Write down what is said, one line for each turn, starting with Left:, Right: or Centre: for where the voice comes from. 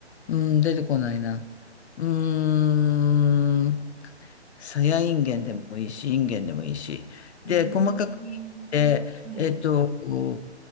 Left: うん、出てこないな。うーん、さやいんげんでもいいし、いんげんでもいいし。
Right: うー
Left: で、細かく切って、
Right: ん。はい。
Left: えっと、こ